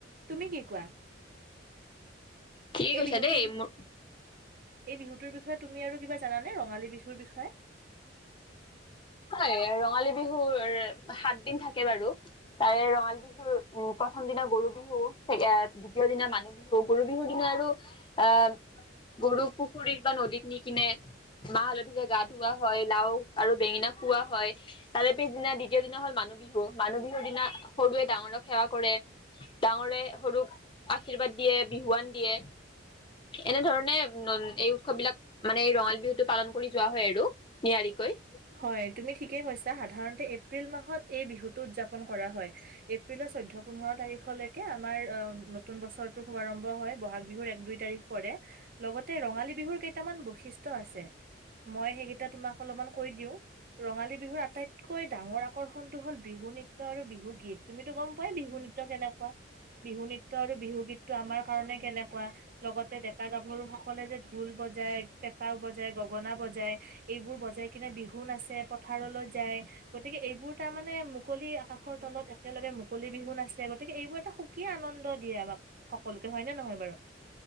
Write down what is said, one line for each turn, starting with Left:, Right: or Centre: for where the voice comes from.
Right: তুমি কি কোৱা
Left: ঠিকে
Right: এই
Left: কৈছা
Right: বিহুটোৰ
Left: দেই মোৰ
Right: এই বিহুটোৰ বিষয়ে তুমি আৰু কিবা জানা নে ‍ ৰঙালী বিহুৰ বিষয়ে।
Left: হয় ৰঙালী বিহুৰ সাত দিন থাকে বাৰু তাৰে ৰঙালী বিহুৰ উ- প্ৰথম দিনা গৰু বিহু দ্বিতীয় দিনা মানুহ বিহু গৰু বিহুৰ দিনা আৰু আ গৰু পুখুৰীত বা নদীত নি কিনে মাহ হালধিৰে গা ধুওৱা হয় লাও আৰু বেঙেনা। কোৱা হয় তাৰে পিছদিনা দ্বিতীয় দিনা হ'ল মানুহ বিহু মানুহ বিহুৰ দিনা সৰুৱে ডাঙৰক সেৱা কৰে ডাঙৰে সৰুক আশীৰ্বাদ আশীৰ্বাদ দিয়ে বিহুৱান দিয়ে এনেধৰণে ন এই উৎসৱ বিলাক মানে ৰঙালী বিহুটো পালন কৰি যোৱা হয় আৰু নিয়াৰিকৈ
Right: হয় তুমি ঠিকেই কৈছা সাধাৰণ তে এপ এপ্ৰিল মাহত এই বিহুতটো উদযাপন কৰা হয় এপ্ৰিলৰ চৈধ্য পোন্ধৰ তাৰিখলৈকে আমাৰ অ ন নতুন বছৰটোৰ শুভাৰম্ভ হয় ব'হাগ বিহুৰ এক দুই তাৰিখ পৰে লগতে ৰঙালী বিহুৰ কেইটামান বৈশিষ্ট্য মহত্ব আছে মই সেইকেইটা তোমাক অলপ কৈ দিওঁ ৰঙালী বিহুৰ আটাইতকৈ ডাঙৰ আকৰ্ষণটো হ'ল বিহু নৃত্য আৰু বিহু গীত তুমিতো গম পোৱাই বিহু নৃত্য কেনেকুৱা বিহু নৃত্য নৃত্য আৰু বিহু গীতটো আমাৰ কাৰণে কেনেকুৱা লগতে ডেকা গাভৰু সকলে যে ঢোল বজায়, পেঁপাও বজায়, গগনা বজায় এইবোৰ বজাই বিহু নাচে পথাৰলৈ যায় গতিকে এইবোৰ তাৰ মানে মুকলি আকাশৰ তলত একেলগে মুকলি বিহু নাচে গতিকে এইবোৰ এটা খুব কি আনন্দ দিয়ে আমাক সকলোকে হয় নে নহয় বাৰু